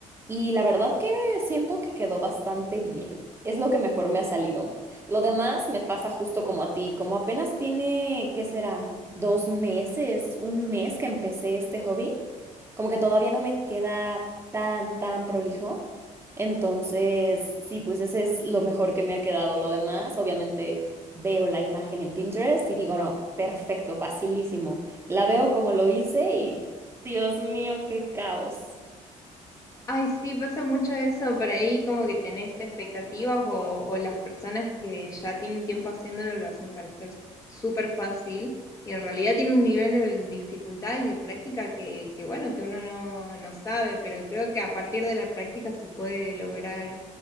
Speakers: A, on the right (about 20°); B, on the left (about 25°).
A: y la verdad que siento que quedó bastante bien. Es lo que mejor me ha salido. Lo demás me pasa justo como a ti, como apenas tiene, ¿qué será? Dos meses, un mes que empecé este hobby, como que todavía no me queda tan, tan prolijo. Entonces, sí, pues ese es lo mejor que me ha quedado. Lo demás, obviamente. Veo la imagen en Pinterest y digo, no, perfecto, facilísimo. La veo como lo hice y Dios mío, qué caos.
B: Ay, sí, pasa mucho eso por ahí, como que tenés expectativas o, o las personas que ya tienen tiempo haciéndolo lo hacen parecer súper fácil y en realidad tiene un nivel de dificultad y de práctica que, que bueno, que uno no, no sabe, pero creo que a partir de la práctica se puede lograr